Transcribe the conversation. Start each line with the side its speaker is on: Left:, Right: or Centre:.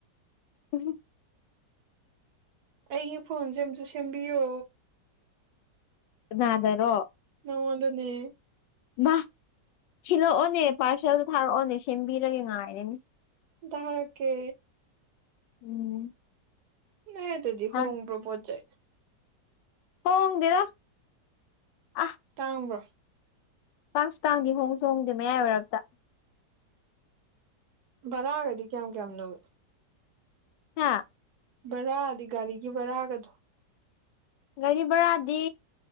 Left: ꯎꯝ
Right: ꯑꯩꯒꯤ ꯐꯣꯟꯁꯦ ꯑꯝꯇ ꯁꯦꯝꯕꯤꯌꯣ
Left: ꯅꯥꯗꯔꯣ
Right: ꯅꯅꯥ ꯑꯣꯗꯅꯦ
Left: ꯃꯥ ꯊꯤꯜꯂꯛꯑꯣꯅꯦ ꯄꯥꯔꯁꯦꯜꯗ ꯊꯥꯔꯛꯑꯣꯅꯦ ꯁꯦꯝꯕꯤꯔꯒꯦ ꯉꯥꯏꯔꯅꯤ
Right: ꯔ ꯀꯦ
Left: ꯎꯝ
Right: ꯅ ꯑꯗꯨꯗꯤ
Left: ꯊꯥꯔꯛ-
Right: ꯍꯣꯡꯝꯕ꯭ꯔꯣꯄꯣꯖꯥꯏ
Left: ꯍꯒꯦꯗ ꯑ
Right: ꯇꯥꯡꯕ꯭ꯔꯣ
Left: ꯇꯥꯡꯁꯨ ꯇꯥꯡꯗꯦ ꯍꯣꯡꯁꯨ ꯍꯣꯡꯗꯦ ꯃꯌꯥꯏ ꯑꯣꯏꯔꯞꯇ
Right: ꯕꯔꯥꯗꯗꯤ ꯀꯌꯥꯝ ꯀꯌꯥꯝ ꯂꯧꯋꯤ
Left: ꯍꯥ
Right: ꯕꯔꯥꯗꯤ ꯒꯥꯔꯤꯒꯤ ꯕꯔꯥꯒꯗꯣ
Left: ꯒꯥꯔꯤ ꯚꯔꯥꯗꯤ